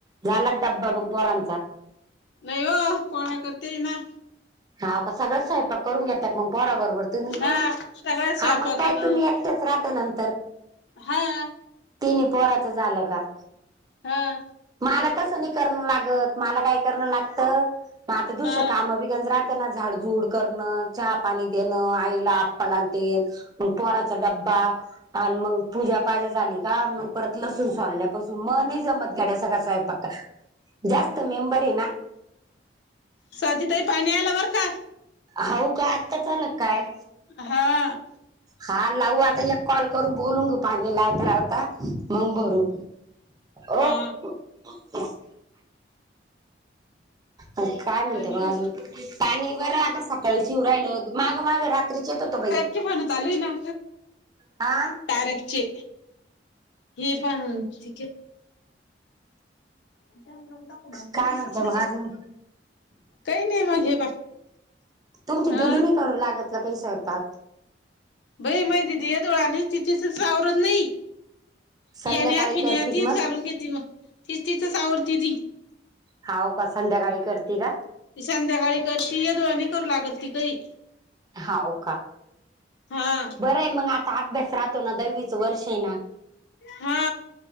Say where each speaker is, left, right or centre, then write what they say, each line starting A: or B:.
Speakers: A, on the right (about 20°); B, on the left (about 65°).
A: झाला क डब्बा बघून पोरांचा.
B: नाही हो पोळा्या, करते ये ना.
A: हाव का सगळं स्वयंपाक करून घेतात मग पोरा बरोबर तुम्ही
B: हा सगळ्याच स्वयंपाकान
A: हा मग काय तुम्ही च राात नंतर.
B: हा.
A: तिन् पोराचं झालं का?
B: हा.
A: मला तसं नाही करणं लागत मला काय करण लागतं म आता दुसरं
B: हा
A: काम बि गज राह. त्यांना झाडझूड करणं चहा पाणी देणं आईला आप्पाला देन. मग पोराचा डब्बा आणि मग पूजापाजा झाली काय मग परत लसून सोलण्यापासून मला नाही जमत गड्या सगळा स्वयंपाक. जास्त मेंबर आहे ना.
B: स्वाती ताई पाणी आलं बर का.
A: हऊ का. आत्ता च आलं काय?
B: हा.
A: हा लावू आता. एक कॉल करून बोलून घेऊ पाणी लावता लावता मग भरू. ओ
B: हा
A: <inaudible> काय म्हणतेयमग
B: पाणी आलं
A: अजून? काय नाही बरं आहेआता सकाळीच येऊ राहिलं. माग माग रात्रीचे येत होतं बाई.
B: <inaudible> आले ना.
A: हा
B: तारकचे हे पण त काही
A: काय म्हणते मग अजून
B: नाही मग हे
A: तुमच्या
B: हा
A: दिदी नाही करू लागत का काही स्वयंपाक?
B: भई माहि दिदी यंधळा <inaudible> तिथेच आवरत नाही.
A: संध्याकाळी
B: येण्या फिण्या
A: करतील
B: तीच
A: मग
B: घालून घेते मग. तिचं तिचंच आवरती ती.
A: हाऊ का? संध्याकाळी करते का?
B: संध्याकाळी करती. येधुळा करू लागत ती काही.
A: हाऊ का?
B: हा
A: बरं आहे मग आता अभ्यास राहतो ना. दहावीचं वर्ष आहे ना.
B: हा.